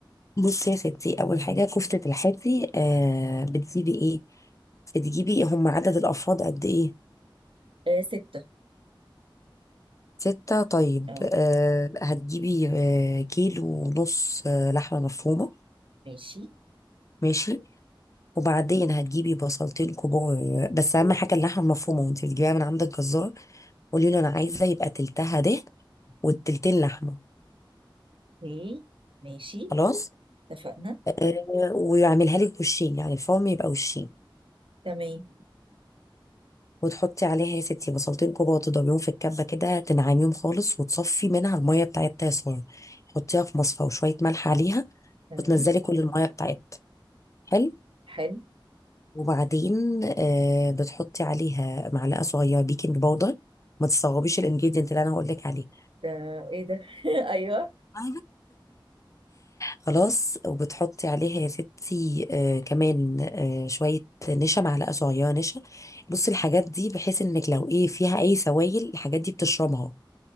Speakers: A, on the left (about 40°); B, on the right (about 85°).
A: بصي يا ستي اول حاجة كفتة الحاتي آه بتجيبي ايه بتجيبي هم عدد الافراد قد ايه
B: آه ستة
A: ستة طيب
B: آه.
A: أه هتجيبي أه كيلو ونص آه، لحمة مفرومة
B: ماشي
A: ماشي وبعدين هتجيبي بصلتين كبار آه، بس أهم حاجة اللحمة المفرومة وانت بتجيبيها من عند الجزار قولي له أنا عايزة يبقى تلتها دهن والتلتين لحمة
B: اوكي ماشي
A: خلاص
B: اتفقنا
A: أه ويعملها لك وشين يعني الفرم يبقى وشين
B: تمام
A: وتحطي عليها يا ستي بصلتين كبار تضربيهم في الكبة كده تنعميهم خالص وتصفي منها المية بتاعتها يا سارة حطيها في مصفى وشوية ملح عليها
B: تمام
A: وتنزلي كل المية بتاعتها حلو
B: حلو
A: وبعدين آه بتحطي عليها معلقه صغيره بيكنج باودر ما تستغربيش الانجريدينت اللي انا هقول لك عليه
B: ده ايه ده <laughs> ايوه
A: أيوة. خلاص وبتحطي عليها يا ستي آه كمان آه شويه نشا معلقه صغيره نشا بصي الحاجات دي بحيث انك لو ايه فيها اي سوائل الحاجات دي بتشربها